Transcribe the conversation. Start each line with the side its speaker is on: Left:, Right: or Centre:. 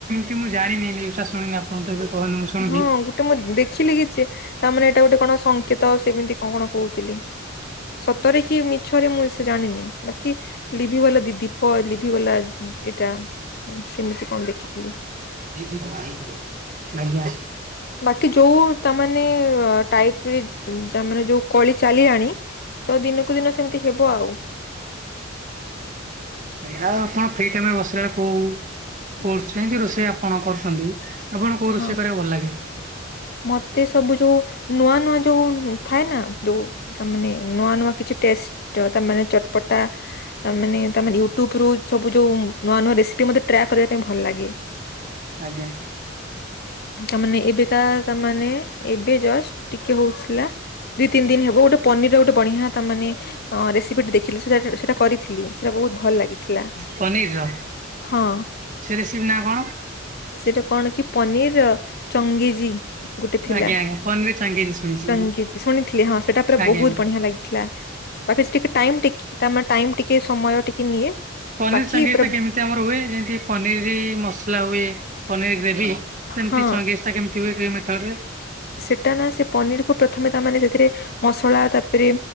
Right: କି ମୁଁ ଜାଣିନି ନିଉଜ ଟା ଶୁଣିନି ଆପଣ ତ ଏବେ କହିଲେ ମୁଁ ଶୁଣୁଛି
Left: ହଁ ଗୋଟେ ମୁଁ ଦେଖିଲି କିଛି ତା ମାନେ ଏଇଟା ଗୋଟେ କଣ ସଂଙ୍କେତ ସେମିତି କଣ କଣ କହୁଥିଲି ସତରେ କି ମିଛରେ ମୁଁ ସେ ଜାଣିନି ବାକି ଲିଭିି ଗଲା ଦିଦି ହଁ ଲିଭିିଗଲା ଏଟା ସିମିତି କଣ ଦେଖିଥିଲି
Right: <unintelligible> ଆଜ୍ଞା
Left: ବାକି ଯୋଉ ତାମାନେ ଟାଇପରେ ତାମାନେ ଯୋଉ କଳି ଚାଲିଲାଣି ତ ଦିନକୁ ଦିନ ସେମିତି ହେବ ଆଉ
Right: ଆଜ୍ଞା ଆପଣ ଫ୍ରୀ ଟାଇମ ରେ ବସିଲା ବେଳକୁ ଫୋରସ କେନ୍ତି ରୋଷେଇ ଆପଣ କରୁଛନ୍ତି। ଆପଣଙ୍କୁ କେଉଁ ରୋଷେଇ
Left: ହଁ
Right: କରିବାକୁ ଭଲ ଲାଗେ।
Left: ମତେ ସବୁ ଯୋଉଁ ନୂଆ ନୂଆ ଯୋଉ ଥାଏ ନା ଯୋଉଁ ତାମାନେ ନୂଆ ନୂଆ କିଛି ଟେଷ୍ଟ ତ ତାମାନେ ଚଟପଟା ତାମାନେ ତାମାନେ ୟୁଟ୍ୟୁବ ରୁ ସବୁ ଯୋଉଁ ନୂଆ ନୂଆ ରେସିପି ମତେ ଟ୍ରାକ୍ କରିବା ପାଇଁ ଭଲ ଲାଗେ
Right: ଆଜ୍ଞା
Left: ତମାନେ ଏବେକା ତାମାନେ ଏବେ ଜଷ୍ଟ ଟିକେ ହଉଥିଲା। ଦୁଇ ତିନି ଦିନ ହେବ ଗୋଟେ ପନିର ର ଗୋଟେ ବଢିଆ ତା ମାନେ ରେସିପିଟେ ଦେଖିଥିଲି ସେ ସେଟା କରିଥିଲି। ସେଟା ବହୁତ ଭଲ ଲାଗିଥିଲା
Right: ପନିର ର
Left: ହଁ।
Right: ସେ ରେସିପି ନା କଣ?
Left: ସେଟା କଣ କି ପନିର ଚଙ୍ଗେଜି ଗୋଟେ ଥିଲା
Right: ଆଜ୍ଞା ଆଜ୍ଞା ପନିର ଚାଙ୍ଗେଜି ଶୁଣିଛି
Left: ସଙ୍ଗୀତ ଶୁଣିଥିଲି ହଁ ସେଇଟା ପୁରା
Right: ଆଜ୍ଞା
Left: ବହୁତ
Right: ଆଜ୍ଞା।
Left: ବଢିଆ ଲାଗିଥିଲା। ବାକି ଟିକେ ଟାଇମ୍ ଟେକିଙ୍ଗ ଟାଇମ ଟିକେ ସମୟ ଟିକେ ନିଏ।
Right: ପନିରି
Left: ବାକି
Right: ସାଙ୍ଗିଆଟା
Left: ପୁରା
Right: କେମିତି ଆମର ହୁଏ ଯେମତି ପନିରି ମସଲା ହୁଏ, ପନିରି ଗ୍ରେଭି! ସେମିତି
Left: ହଁ
Right: ଚଙ୍ଗିସଟା କେମିତି ହୁଏ କେ ମେଥଡ଼ରେ!
Left: ସେଟାନା ସେ ପନିରିକୁୁ ପ୍ରଥମେ ତାମାନେ ସେଥିରେ ମସଲା ତାପରେ